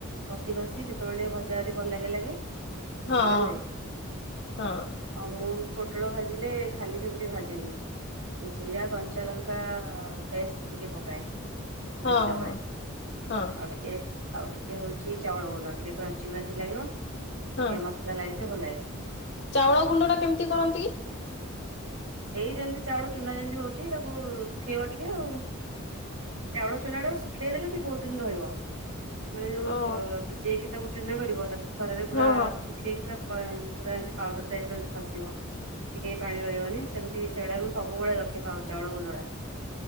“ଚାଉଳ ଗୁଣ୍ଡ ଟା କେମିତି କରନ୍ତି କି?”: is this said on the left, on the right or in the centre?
Left